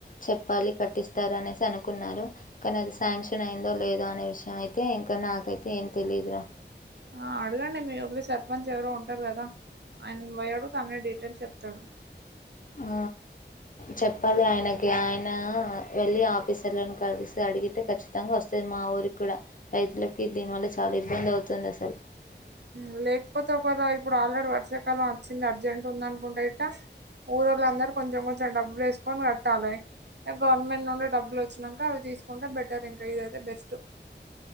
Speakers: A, on the left (about 45°); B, on the right (about 65°).
A: చెప్పాలి కట్టిస్తారు అనేసి అనుకున్నారు కానీ అది శాంక్షన్ అయిందో లేదో అనే విషయ్ అయి తే ఇంక నాకైతే ఎం తెలీదురా
B: ఆ అడగండి మీ ఊర్లో సర్పంచ్ ఎవరో ఉంటారు కదా ఆయన పోయి అడుగుతే అన్ని డీటెయిల్స్ చెప్తాడు
A: ఆ చెప్పాలి ఆయనకి ఆయన వెళ్ళి ఆఫీసర్లను కలిసి అడిగితే ఖచ్చితంగా వస్తంది మా ఊరి కూడా రైతులకి దీని వల్ల చాలా ఇబ్బంది అవుతుంది అసలు
B: ఉ లేకపోతే ఒకసారీ ఇప్పుడు ఆల్రెడీ వర్షాకాలం వచ్చింది అర్జెంట్ ఉందని అనుకుంటే ఎట ఊరుళ్ళందరూ కొంచెం కొంచెం డబ్బులు వేసుకొని కట్టాలి ఇంక గవర్నమెంట్ నుండి డబ్బులు వచ్చినాక అవి తీసుకుంటే బెటర్ ఇంకా ఇదైతే బెస్ట్